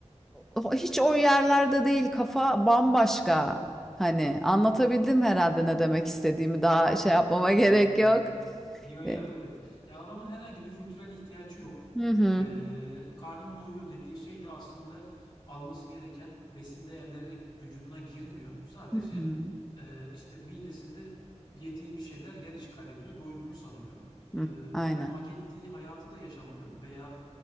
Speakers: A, in the centre; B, on the left (about 35°).
A: o- hiç o yerlerde değil kafa bambaşka. Hani anlatabildim herhalde ne demek istediğimi daha
B: Anladım,
A: şey yapmama <laughs> gerek
B: anladım.
A: yok.
B: Yo
A: E,
B: yo evet. Ya adamın herhangi bir kültürel ihtiyacı yok.
A: Hı hı.
B: Ee, karnım doyuyor dediği şey de aslında alması gereken besin değerleri vücuduna girmiyor. Sadece
A: Hı hı.
B: e, işte midesinde yediği bir şeyler yer işgal ediyor, doyduğunu sanıyor.
A: Hı,
B: Ee,
A: aynen.
B: yani hak ettiği hayatı da yaşamıyor veya